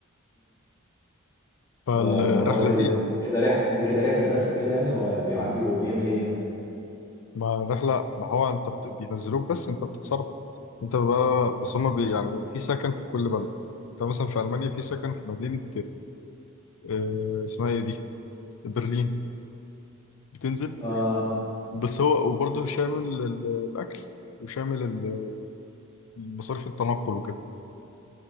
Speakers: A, on the left; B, on the left.
A: فالرحلة
B: ده ده هو كده
A: دي
B: دي دي كده رحلة دي كده رحلة بس كده يعني هو بيعدي وبيعمل ايه يعني
A: مع الرحلة ما هو انت بت- بينزلوك بس انت بتتصرف انت بقى بس هما بي يعني في سكن في كل بلد انت مثلا في ألمانيا في سكن في مدينة آه، اسمها ايه دي برلين بتنزل
B: اه
A: بس هو وبرضه شامل ال- الأكل وشامل ال- مصاريف التنقل وكده